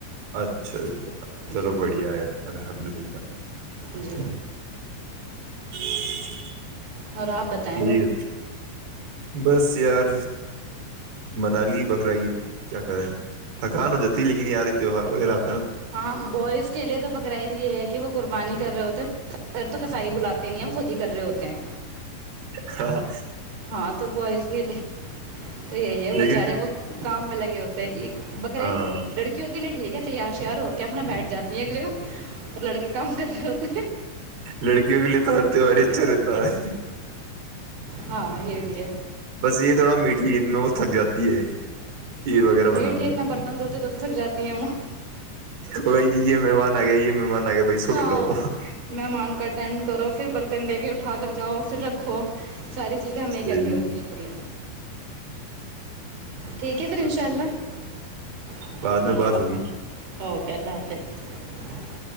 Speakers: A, on the right (about 60°); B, on the right (about 85°).
A: اچھا ج چلو
B: جی
A: بڑھیا ہے اللہ الحمد للہ
B: جی
A: ج
B: اور آپ بتائیں
A: جی بس یار منالی بکرا عید کیا کہ رہے ہیں تھکان ہو جاتی لیکن یار تیوار ہوات
B: ہاں بوائز کے لیے تو بکرائی دی یہ ہے کہ وہ قربانی کر رہے ہوتےے ار تو کسائی بلاتے ہیں نہیں یا خود ہی کر رہے ہوتے ہیں
A: ہاںاں
B: ہاں تو بوائز کے لیے تو یہی ہے بچارے
A: لیکن
B: وہ کام میں لگے ہوتے ہیں بکراع
A: پھر- ہاں
B: لڑکیوں کے لیے ٹھیک ہے تیار شیار ہو کے اپنا بیٹھ جاتی ہیں ایک جگہ اور لڑکے کام کر رہے ہوتے ہیں
A: لڑکیوں کے لیے تو ہ اور تیوہار اچھا رہتا ہے
B: ہاں یہ بھی ہے
A: بس یہ تھوڑا میٹھی میں تبت کھیر وغیرہ بنانے
B: میڈیئر
A: میں
B: برتن دھوتے دھوتے تھک جاتی ہیں وہ
A: کوئی ج یہ مہمان آ گ ہی یہ مہمان آ گیا بھائی اس کو
B: ہاں
A: کھلاؤ
B: مہمان کا اٹینڈ کرو پھر برتن دے کے اٹھا کر جاؤ رکھو ساری چیزیں ہمیں
A: صحیح
B: ہی کرنی ہوتی
A: ہے،
B: ہیں پھر یہ ٹھیک ہے پھر ان شاء اللہ
A: بعد میں
B: اوکے
A: بات
B: ا
A: ہوگی
B: اوکے اللہ حافظ